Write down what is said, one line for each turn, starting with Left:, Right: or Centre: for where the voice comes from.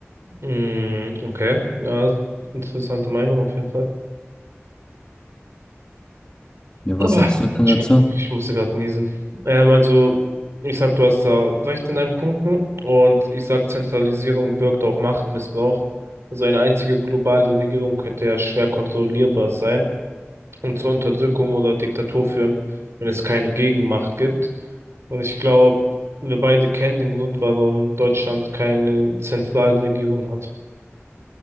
Right: Mm, okay. Ja, interessante Meinung auf jeden Fall.
Left: Ja,
Right: Ah,
Left: was sagst du denn
Right: Entschuldigung,
Left: dazu?
Right: ich musste gerade niesen. Ähm, also, ich sag, du hast da recht in deinen Punkten und ich sag, Zentralisierung birgt auch Machtmissbrauch. Also eine einzige globale Regierung könnte ja schwer kontrollierbar sein und zur Unterdrückung oder Diktatur führen, wenn es keine Gegenmacht gibt. Und ich glaube, wir beide kennen den Grund, warum Deutschland keine Zentralregierung hat.